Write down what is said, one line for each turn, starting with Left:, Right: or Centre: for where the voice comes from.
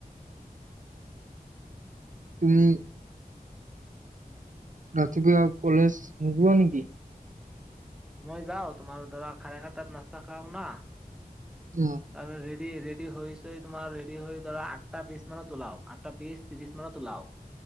Right: <unintelligible> ৰাতিপুৱা কলেজ নোযোৱা নেকি?
Centre: মই যাওঁ, তোমাৰ দৰা, খাৰে খাটাতাত নাস্তা খাও না।
Right: অ',
Centre: <unintelligible> দি ৰেডি হৈ হৈছে তোমাৰ ৰেডি হৈ ধৰা আঠটা বিছ মানত উলাও, আঠটা বিছ, ত্ৰিশ মানত উলাও।